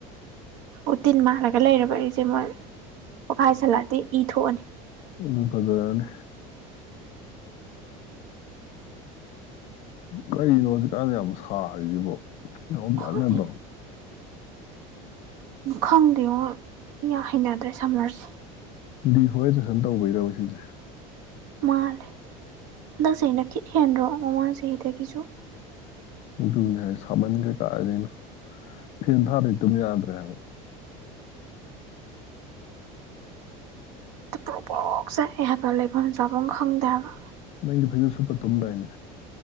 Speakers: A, on the right (about 80°); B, on the left (about 45°).
A: ꯎꯇꯤꯟ ꯃꯥꯜꯂꯒ ꯂꯩꯔꯕ ꯑꯩꯁꯦ ꯃꯣꯏ ꯄꯣꯈꯥꯏꯁꯜꯂꯛꯑꯗꯤ ꯏ ꯊꯣꯛꯑꯅꯤ
B: ꯎꯝ ꯐꯖꯔꯅꯤ ꯀꯔꯤꯅꯣ ꯍꯧꯖꯤꯛ ꯀꯥꯟꯁꯦ ꯌꯥꯝ ꯁꯥꯔꯤꯁꯤꯕꯣ ꯌꯥꯝ ꯑꯣꯝꯆꯥꯛꯅꯗ꯭ꯔꯣ
A: ꯈꯪꯗꯦ ꯈꯪꯗꯦꯉꯣ ꯌꯥꯝ ꯍꯩꯅꯗ꯭ꯔꯦ ꯁꯝꯃꯔꯁꯦ
B: ꯗꯤ ꯐꯣꯔꯦꯁꯇꯦꯁꯟ ꯇꯧꯕꯩꯔꯕ ꯁꯤꯁꯦ
A: ꯃꯥꯜꯂꯦ ꯍꯟꯗꯛ ꯆꯍꯤꯅ ꯈꯤꯠ ꯍꯦꯟꯗ꯭ꯔꯣ ꯃꯃꯥꯡ ꯆꯍꯤꯗꯒꯤꯁꯨ
B: ꯑꯗꯨꯅꯦ ꯍꯥꯏꯁꯦ ꯁꯥꯃꯟꯒ꯭ꯔꯦ ꯀꯥꯏꯗꯩꯅꯣ ꯐꯦꯟ ꯊꯥꯗꯗꯤ ꯇꯨꯝꯕ ꯌꯥꯗ꯭ꯔꯦꯕ
A: ꯄ꯭ꯔꯣꯛ ꯄ꯭ꯔꯣꯛ ꯆꯥꯛꯑꯦꯍꯥꯏꯕ ꯂꯩꯕꯝ ꯆꯥꯕꯝ ꯈꯪꯗꯦ ꯍꯥꯏꯕ
B: ꯅꯪ ꯐꯩꯖꯨꯞꯁꯨꯞꯄ ꯇꯨꯝꯕꯩꯅꯦ